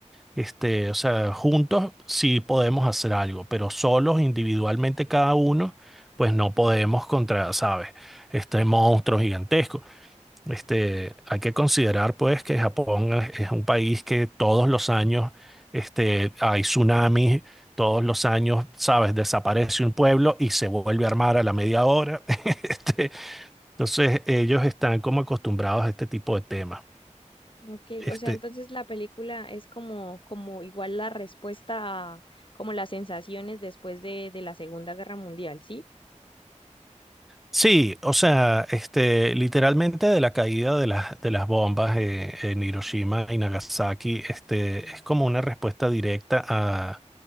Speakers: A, in the centre; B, on the left.
A: Este, o sea,
B: ok.
A: juntos sí podemos hacer algo, pero solos, individualmente cada uno, pues no podemos contra, ¿sabes? Este monstruo gigantesco. Este, hay que considerar pues que Japón es, es un país que todos los años este, hay tsunamis, todos los años, sabes, desaparece un pueblo y se vuelve a armar a la media hora. <laughs> Este, entonces ellos están como acostumbrados a este tipo de temas.
B: Ok,
A: Este.
B: o sea, entonces la película es como, como igual la respuesta a como las sensaciones después de, de la Segunda Guerra Mundial, ¿sí?
A: Sí, o sea, este, literalmente de la caída de las, de las bombas eh, en Hiroshima
B: Sí.
A: y Nagasaki, este,
B: Mm.
A: es como una respuesta directa a,